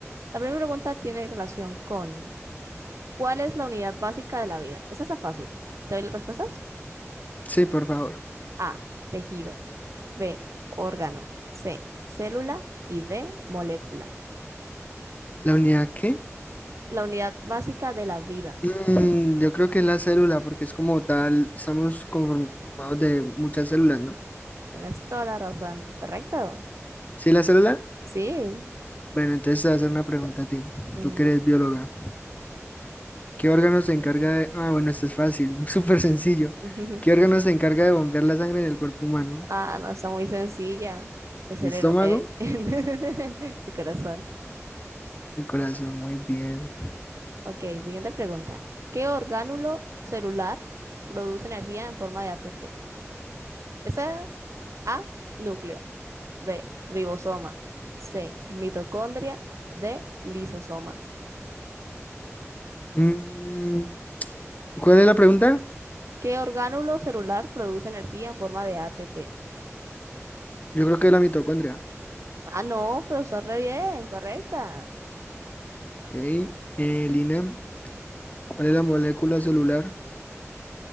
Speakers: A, on the right (about 70°); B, on the left (about 30°).
A: La primera pregunta tiene relación con ¿cuál es la unidad básica de la vida? Esa está fácil. ¿Te doy las respuestas?
B: sí, por favor.
A: A, tejido. B, órgano. C, célula. Y D, molécula.
B: ¿La unidad qué?
A: La unidad básica de la vida.
B: Mm, yo creo que es la célula, porque es como tal, estamos conformados de muchas células, ¿no?
A: Tienes toda la razón, correcto.
B: ¿Sí, la célula?
A: Sí.
B: Bueno, entonces te voy a hacer una pregunta a ti,
A: ujú,
B: tú que eres bióloga. ¿Qué órgano se encarga de... Ah, bueno, esto es fácil, <laughs> súper sencillo.
A: <laughs> ujú.
B: ¿Qué órgano se encarga de bombear la sangre en el cuerpo humano?
A: Ah, no, está muy sencilla. El cerebro,
B: El estómago,
A: eh, <laughs> el corazón.
B: el corazón, muy bien.
A: Ok, siguiente pregunta. ¿Qué orgánulo celular produce energía en forma de ATP? Esa, A, núcleo. B, ribosoma. C, mitocondria. D, lisosoma.
B: Mm, ¿cuál es la pregunta?
A: ¿Qué orgánulo celular produce energía en forma de ATP?
B: Yo creo que es la mitocondria.
A: Ah, no, pero está re bien, correcta.
B: Ok, eh, Lina, ¿cuál es la molécula celular?